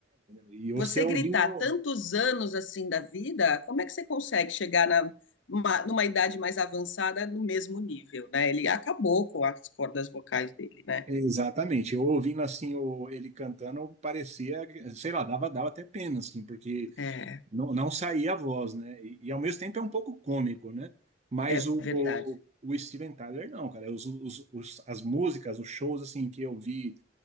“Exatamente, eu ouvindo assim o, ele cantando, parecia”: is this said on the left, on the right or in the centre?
Right